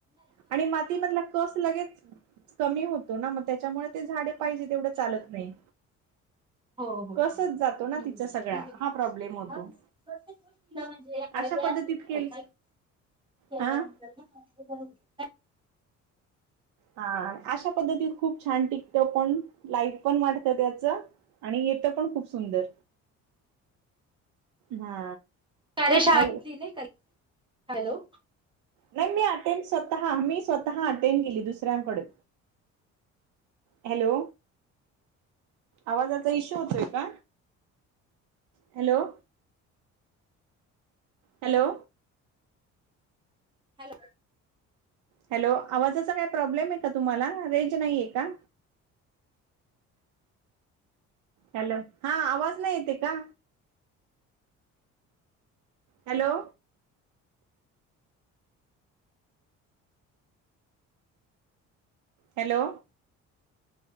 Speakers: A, on the right; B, on the right.
A: आणि मातीमधला कस लगेच कमी होतो ना म त्याच्यामुळे ते झाडे पाहिजे तेवढं चालत नाही.
B: हो हो हो
A: कसच
B: हो हो
A: जातो ना
B: हम्म
A: तिचा सगळा
B: अरे बाप
A: हा प्रॉब्लेम होतो
B: हा म ते प्रत्येक गोष्टी ला म्हणजे आयडिया
A: अशा पद्धतीत
B: असते नय
A: केल
B: का काही केल्यानंतर
A: हा
B: हं <unintelligible>
A: हा अशा पद्धतीत खूप छान टिकत पण लाईफ पण वाढत त्याच आणि येतं पण खूप सुंदर
B: <inaudible>
A: हा
B: कार्यशाळा
A: हॅलो
B: लिहलंय का <inaudible> हॅलो
A: नाही मी अटेंड स्वतः मी स्वतः अटेंड केली दुसऱ्यांकडे हॅलो आवाजाचा इशू होतोय का हॅलो हॅलो
B: हॅलो
A: हॅलो आवाजाचा काय प्रॉब्लेम ये का तुम्हाला रेंज नाये का? हॅलो हा आवाज नाय येत ये का? हॅलो हॅलो